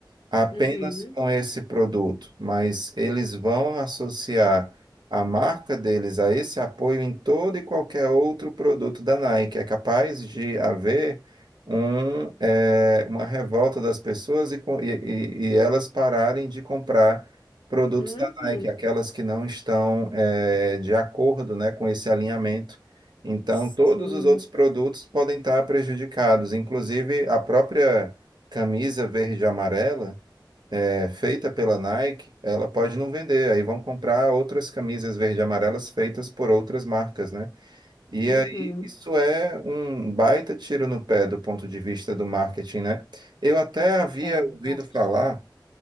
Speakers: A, on the right (about 65°); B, on the left (about 85°).
A: apenas
B: uhum,
A: com esse produto, mas eles vão associar a marca deles a esse apoio em todo e qualquer outro produto da Nike. É capaz de haver um, eh, uma revolta das pessoas e, co- e, e- e elas pararem de comprar produtos
B: uhum.
A: da Nike, aquelas que não estão, eh, de acordo, né, com esse alinhamento. Então,
B: Sim,
A: todos os outros produtos podem estar prejudicados, inclusive a própria camisa verde e amarela, é feita pela Nike, ela pode não vender. Aí vão comprar outras camisas verde e amarelas feitas por outras marcas, né? E
B: uhum.
A: aí isso é um baita tiro no pé do ponto de vista do marketing, né? Eu até havia
B: É verdade.
A: ouvido falar